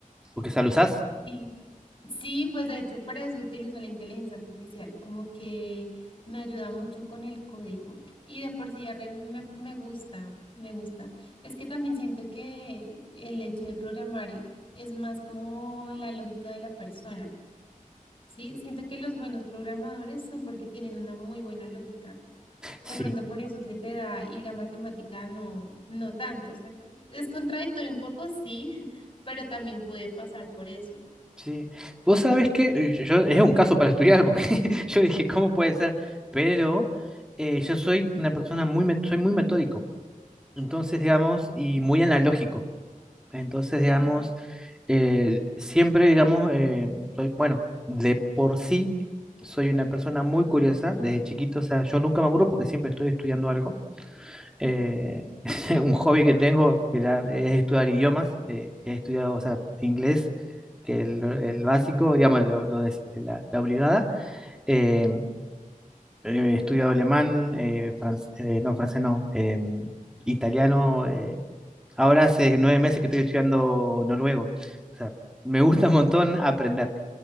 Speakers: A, in the centre; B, on the left.
A: ¿Porque ya lo usás?
B: Sí, Sí, pues de hecho para eso utilizo la inteligencia artificial, como que me ayuda mucho con el código y de por sí R me, me gusta, me gusta. Es que también siento que el hecho de programar es más como la lógica de la persona, ¿sí? Siento que los buenos programadores son porque tienen una muy buena lógica.
A: Sí,
B: De pronto por eso se te da y la matemática no, no tanto. O sea, es contradictorio un poco, sí, <laughs> pero también puede pasar por eso.
A: sí. Vos sabés que eh, yo, yo- es un caso para estudiar, porque <laughs> yo dije, ¿cómo puede ser? Pero eh, yo soy una persona muy, met- soy muy metódico. Entonces, digamos, y muy analógico. Entonces, digamos,
B: Ujú.
A: eh, siempre, digamos, eh, soy- bueno, de por sí soy una persona muy curiosa desde chiquito. O sea, yo nunca me aburro porque siempre estoy estudiando algo. Eh, <laughs> un hobby que tengo mira, es estudiar idiomas. eh, he estudiado, o sea, inglés, que es el, el básico, digamos, lo, lo de, la, la obligada. Eh, he estudiado alemán, eh, franc- eh, no, francés no, em, italiano. eh, Ahora hace nueve meses que estoy estudiando noruego. O sea, me gusta un montón aprender.